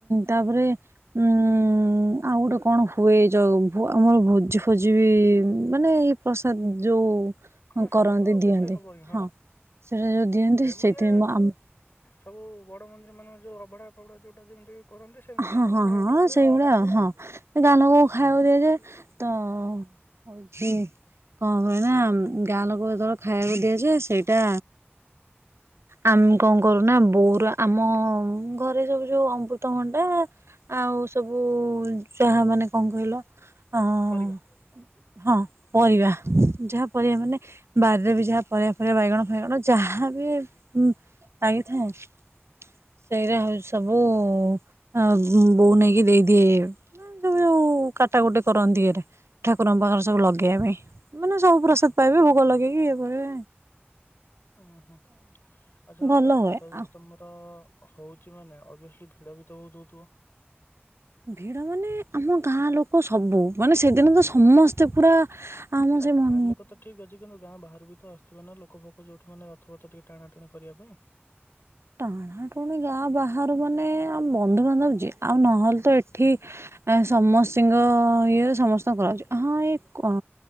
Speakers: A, on the right (about 80°); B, on the left (about 55°).
A: ତାପରେ ଉଁ ଆଉ ଗୋଟେ କଣ ହୁଏ ଏ ଯ ଆମର ଭୋଜି ଫୋଜି ବି ମାନେ ପ୍ରସାଦ ଯୋଉ
B: ହଁ ସେଟା
A: କରନ୍ତି
B: ତ ଅଭିଅସଲି
A: ଦିଅନ୍ତି
B: ହବ ହିଁ
A: ହଁ। ସେଇଟା ଯୋଉ ଦିଅନ୍ତି
B: ସେମାନେ
A: ସେଇଥି ମୁଁ ଆମ
B: ସବୁ ବଡ ମନ୍ଦିର ମାନଙ୍କରେ ଯୋଉ ଅଭଡ଼ା ଫଭଡା ଯୋଉଟା ଯେମିତି କରନ୍ତି ସେମିତି
A: ହଁ
B: ଆଉ
A: ହଁ
B: ଏଇଟା ଗୋଟେ
A: ହଁ
B: ହେଲା
A: ସେଇଗୁଡା
B: ଆଉ
A: ହଁ, ଗାଁ
B: ହୁଁ
A: ଲୋକଙ୍କୁ ଖାଇବାକୁ ଦିଆଯାଏ, ତ ହଉଚି କଣ କହିଲ, ଗାଁ ଲୋକଙ୍କୁ ଯେତେବେଳେ ଖାଇବାକୁ ଦିଆଯାଏ, ସେଇଟା ଆମେ କଣ କରୁନା ବୋଉର ଆମ ଘରେ ସବୁ ଯୋଉ ଅମୃତଭଣ୍ଡା ଆଉ ସବୁ ଯାହା ମାନେ କଣ କହିଲ ଅଁ ଅଁ
B: ପରିବା।
A: ହଁ ପରିବା, ଯାହା ପରିବା ମାନେ ବାରିରେ ବି ଯାହା ପରିବା ଫରିବା ବାଇଗଣ ବାଇଗଣ ଯାହାବି ଲାଗିଥାଏ, ସେଇଟା ହଉଚି ସବୁ ଆ ବୋଉ ନେଇକି ଦେଇଦିଏ ସବୁ ଯୋଉ କାଟା କୁଟି କରନ୍ତି ଇଏରେ, ଠାକୁରଙ୍କ ପାଖରେ ସବୁ ଲଗେଇବା ପାଇଁ। ମାନେ ସବୁ ପ୍ରସାଦ
B: ଆଚ୍ଛା।
A: ପାଇବେ, ଭୋଗ ଲଗେଇକି, ଇଏ କରିବେ
B: ଉଁ ହୁଁ, ଆଛା,
A: ଭଲ
B: ରଥ
A: ହୁଏ
B: ଯେ
A: ଆ
B: ତମର ହଉଚି ମାନେ, ଅବିଅସିଲି୍ ଭିଡ ଭି ତ ବହୁତ୍ ହଉଥିବ?
A: ଭିଡ ମାନେ ଆମ ଗାଁ ଲୋକ ସବୁ, ମାନେ ସେଦିନ ତ ସମସ୍ତେ ପୁରା ଆମ
B: ନା
A: ସେ
B: ଗାଁ
A: ମଁ
B: ଲୋକ ତ ଠିକ କିନ୍ତୁ ଗାଁ ବାହାରୁ ବି ତ ଆସୁଥିବ ନା ଲୋକ ଫୋକ ଯୋଉଠୁ ମାନେ ରଥପଥ ଟିକେ ଟାଣା ଟୁଣି କରିବା ପାଇଁ?
A: ଟାଣା ଟୁଣି ଗାଁ ବାହାରୁ ମାନେ, ଆମ ବନ୍ଧୁବାନ୍ଧବ ଯିଏ, ଆଉ ନହେଲେ ତ ଏଠ୍ ଏଠି ସମସ୍ତିଙ୍କ ଇଏରେ ସମସ୍ତ କରନ୍ତି, ହଁ ଏଇ କ